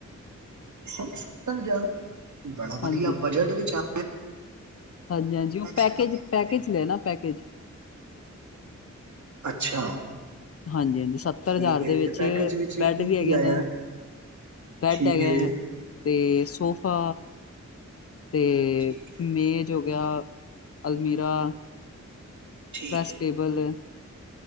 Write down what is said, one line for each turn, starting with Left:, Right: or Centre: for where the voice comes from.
Right: ਸਠ ਸਤਰ ਹਜਾਰ ਰੁਪਏ। ਬੜਾ ਵਧੀਆ
Left: ਹਾਂਜੀ।
Right: ਬਜਟ ਵਿਚ ਹੈ।
Left: ਹਾਂਜੀ ਹਾਂਜੀ ਉਹ ਪੈਕੇਜ
Right: ਸਵਾ ਲੱਖ
Left: ਪੈਕੇਜ
Right: ਦਾ ਤਾਂ ਹੋਏਗਾ
Left: ਲੈ ਨਾ ਪੈਕੇਜ
Right: ਅੱਛਾ।
Left: ਹਾਂਜੀ ਹਾਂ। ਸੱਤਰ
Right: ਠੀਕ
Left: ਹਜ਼ਾਰ
Right: ਹੈ
Left: ਦੇ ਵਿੱਚ
Right: ਤੇ ਪੈਕੇਜ ਵਿੱਚ
Left: ਬੈਡ
Right: ਕੀ
Left: ਵੀ
Right: ਕੀ
Left: ਹੈਗੇ
Right: ਆਇਆ
Left: ਨੇ ਬੈਡ
Right: ਠੀਕ
Left: ਹੈਗੇ
Right: ਹੈ
Left: ਅਤੇ ਸੋਫਾ ਤੇ
Right: ਠੀਕ ਹੈ
Left: ਮੇਜ ਹੋ ਗਿਆ ਅਲਮੀਰਾ।
Right: ਠੀਕ
Left: ਪ੍ਰੈੱਸ
Right: ਹੈ
Left: ਟੇਬਲ